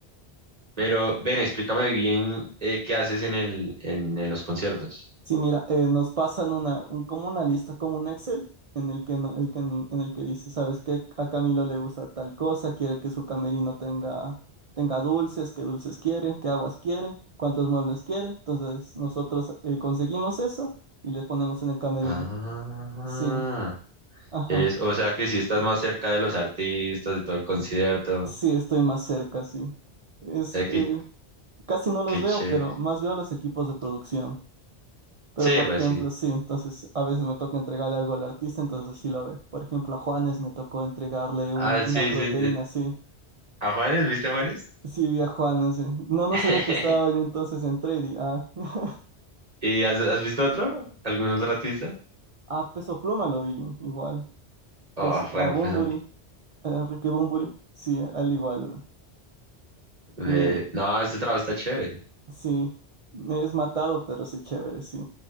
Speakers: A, on the right; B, on the right.
A: Pero ven, explícame bien eh, qué haces en el, en, en los conciertos.
B: Sí, mira, eh, nos pasan una, un, como una lista, como un Excel, en el que, no- el que, en el que dice, ¿sabes qué? A Camilo le gusta tal cosa, quiere que su camerino tenga, tenga dulces, qué dulces quiere, qué aguas quiere, cuántos muebles quiere. Entonces nosotros eh, conseguimos eso y le ponemos en el camerino.
A: Ah.
B: Sí, ajá,
A: Eres, o sea que si estás más cerca de los artistas, de todo el concierto.
B: sí, estoy más cerca, sí. Es,
A: Eh,
B: eh,
A: qué,
B: casi no los
A: qué chévere.
B: veo, pero más veo los equipos de producción. Pero
A: Sí,
B: por
A: pues
B: ejemplo,
A: sí.
B: sí, entonces a veces me toca entregarle algo al artista, entonces sí lo ve. Por ejemplo, a Juanes me tocó entregarle un,
A: Ah, sí,
B: una proteína,
A: sí. eh,
B: sí.
A: ¿A Juanes? ¿Viste a Juanes?
B: Sí, vi a Juanes, sí. No, no
A: <laughs>
B: sabía que estaba ahí entonces entré y di, ah. <laughs>
A: ¿Y has, has visto otro? ¿Algún otro artista?
B: A Peso Pluma lo vi igual.
A: Oh,
B: Pues a
A: bueno,
B: Bunbury,
A: pues
B: a Ricky Bunbury, sí, a él igual.
A: ve-
B: Me-
A: no, este trabajo está chévere.
B: sí, me es matado, pero sí chévere, sí.